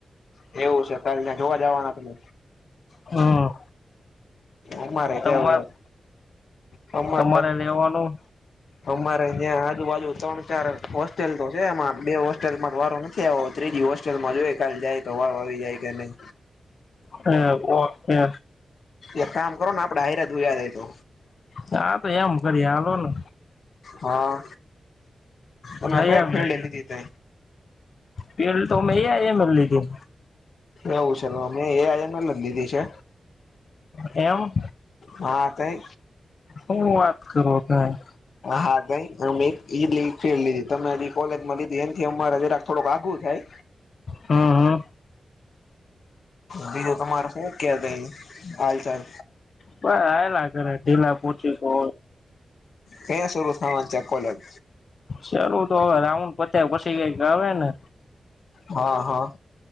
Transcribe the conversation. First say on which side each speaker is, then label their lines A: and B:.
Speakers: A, on the left; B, on the left.
A: એવું છે કાલ ત્યાં જોવા જવાના તમે.
B: હમ
A: અમારે તો
B: તમા
A: હવે અમા
B: તમારે રેવાનું
A: અમારે ત્યાં આજુબાજુ ત્રણ ચાર હોસ્ટેલ તો છે એમાં બે હોસ્ટેલમાં વારો ને છે ત્રીજી હોસ્ટેલમાં જોય કાલ જાય તો વાર આવી જાય કે નહી.
B: હૈ ઓ તે.
A: એક કામ કરો ને આપડે હરા દુયા જાય તો.
B: હા તો એમ કરીએ હાલો ને
A: હા. અને
B: જઈ
A: કઈ
B: આવીએ
A: ફિલ્ડે લીધી તે?
B: પેલ તો મે એમ જ લીધી
A: એવું છે અમે એ હજને લ લીધી છે.
B: એમ
A: હા તઈ
B: હું વાત કરો તમે
A: હા તયી અમે ઈ ફેલ લીધી તમે કોલેજ માં લીધીખ એમથી અમારે જરા થોડો બાઘુ થાય
B: હમ હમ
A: બીજું તમારે શું કે તઈ હાલ ચાલ
B: બ આલા ઘરે ઢીલા પહોંચી ગો.
A: ક્યાં શરૂ થવાની છે કોલેજ
B: ચાલું તો હવે રાઉન્ડ પતે પછી કઈક આવે ને
A: હા, હા,